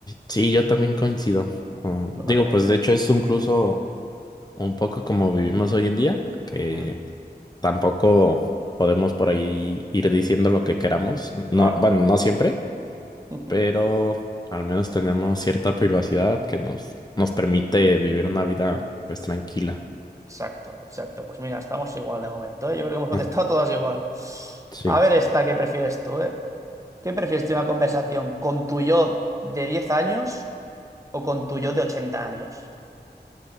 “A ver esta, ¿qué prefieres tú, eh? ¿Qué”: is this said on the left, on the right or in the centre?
Right